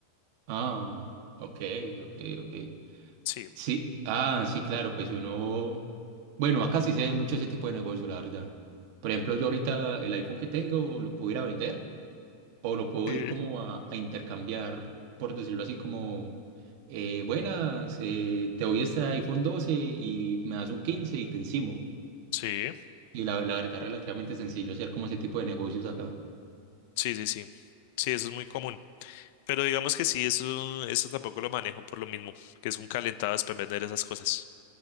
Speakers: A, on the right; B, on the left.
A: Ah, ok, ok, ok.
B: Sí.
A: Sí, ah, sí, claro, pues uno, bueno, acá sí se ve mucho ese tipo de negocio, la verdad. Por ejemplo, yo ahorita el iPhone que tengo lo pudiera vender o lo puedo
B: Sí.
A: ir como a, a intercambiar, por decirlo así, como, eh, buenas, eh, te doy este iPhone 12 y me das un 15 y te encimo.
B: Sí,
A: Y la, la verdad, relativamente sencillo hacer como ese tipo de negocios acá.
B: sí, sí, sí. Sí, eso es muy común. Pero digamos que sí, eso, eso tampoco lo manejo por lo mismo, que es un calentado después vender esas cosas.